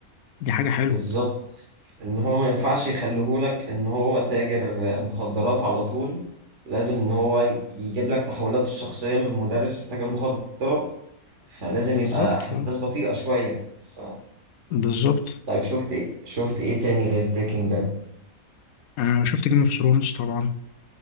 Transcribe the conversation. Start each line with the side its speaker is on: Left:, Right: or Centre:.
Left: دي حاجة حلوة
Right: بالظبط ان هو ما ينفعش يخليهولك ان هو تاجر مخدرات على طول لازم ان هو يجيب لك تحولاته الشخصيه من مدرس لتاجر مخدرات فلازم
Left: بالظبط
Right: يبقى احداث
Left: اه
Right: بطيئه شويه ف...
Left: بالظبط
Right: طيب شفت ايه شفت ايه تاني غير بريكنج باد
Left: أنا شفت جيم اوف ثرونز طبعا